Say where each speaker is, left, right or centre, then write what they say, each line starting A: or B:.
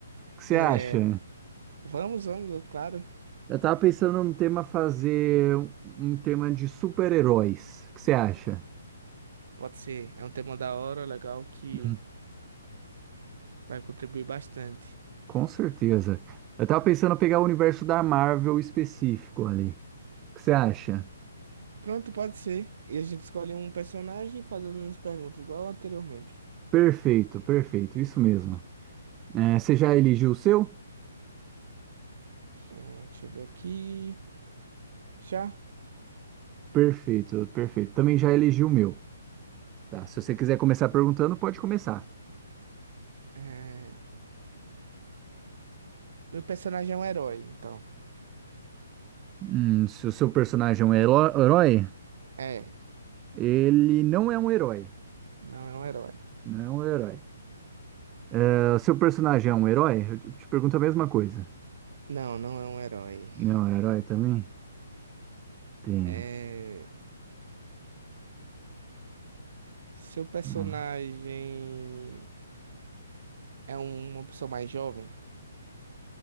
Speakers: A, on the right; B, on the right.
A: O que você
B: É,
A: acha?
B: vamos, vamos, claro.
A: Eu tava pensando num tema fazer um tema de super-heróis. O que você acha?
B: Pode ser. É um tema da hora, legal, que
A: Hum.
B: vai contribuir bastante.
A: Com certeza. Eu tava pensando em pegar o universo da Marvel específico ali. O que você acha?
B: Pronto, pode ser. E a gente escolhe um personagem fazendo as perguntas, igual anteriormente.
A: Perfeito, perfeito, isso mesmo. É, você já eligiu o seu?
B: É, deixa eu ver aqui. Já?
A: Perfeito, perfeito. Também já elegi o meu. Tá, se você quiser começar perguntando, pode começar.
B: É, meu personagem é um herói, então.
A: Hum, se o seu personagem é um heró- herói,
B: É,
A: ele não é um herói.
B: não é um herói.
A: Não é um herói. Ah, O seu personagem é um herói? Eu te te pergunto a mesma coisa.
B: Não, não é um herói.
A: Não, é um herói também? Tem.
B: É, seu personagem.
A: Vamos lá.
B: É uma pessoa mais jovem?